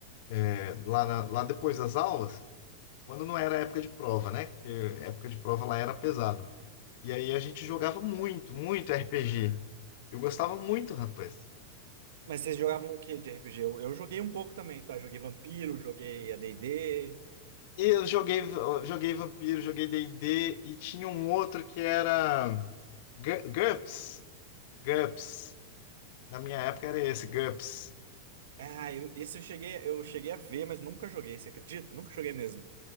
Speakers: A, on the left; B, on the right.
A: é, lá, na- lá depois das aulas, quando não era época de prova, né? Que época de prova lá era pesado. E aí a gente jogava muito, muito RPG. Eu gostava muito, rapaz.
B: Mas vocês jogavam o que de RPG? Eu, eu joguei um pouco também, tá? Joguei Vampiro, joguei a AD&D.
A: E eu joguei, eu joguei Vampiro, joguei D&D e D e tinha um outro que era Gu- GURPS. GURPS. Na minha época era esse, GURPS.
B: Ah, eu, esse eu cheguei, eu cheguei a ver, mas nunca joguei, você acredita? Nunca joguei mesmo.